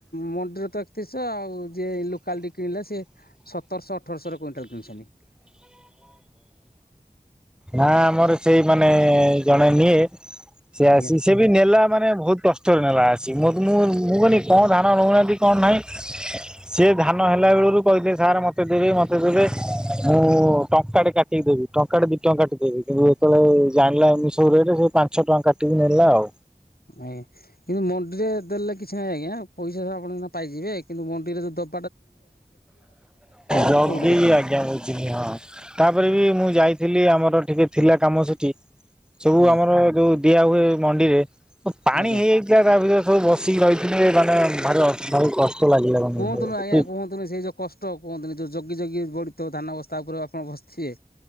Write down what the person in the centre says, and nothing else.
ନା ଆମର ସେଇ ମାନେ ଜଣେ ନିଏ ସେ
ଆସି ସେ ବି ନେଲା ମାନେ ବହୁତ କଷ୍ଟରେ ନେଲା ଆସି <unintelligible> ମୁଁ ମୁଁ କହିନି କଣ ଧାନ ନଉନାହାନ୍ତି କଣ ନାହିଁ। ସିଏ ଧାନ ହେଲା ବେଳରୁ କ କହିଥିଲେ ସାର୍ ମତେ ଦେବେ ମତେ ଦେବେ। ମୁଁ ଟଙ୍କା ଟେ କାଟିକି ଦେବି ଟଙ୍କାଟେ ଦିଇ ଟଙ୍କା କାଟି ଦେବି କିନ୍ତୁ ଯେତେବେଳେ ଜାଣିଲା ଏମିତି ସବୁ ରେଟ ସେ ପାଞ୍ଚ ଟଙ୍କା କାଟିକି ନେଲା ଆଉ।
ଜଲଗି
ଆଜ୍ଞା ବୁଝିନି ହଁ ତାପରେ ବି ମୁଁ ଯାଇ ଥିଲି ଆମର ଟିକେ ଥିଲା କାମ ସେଠି ସବୁ
ଆମର ଯୋଉ ଦିଆ ହୁଏ ମଣ୍ଡିରେ ପାଣି
ହେଇଯାଇଥିଲା ତା ଭିତରେ ସବୁ ବସିକି ରହିଥିଲେ ମାନେ ଭାରି କଷ୍ଟ ଲାଗିବ
ନିଜକୁ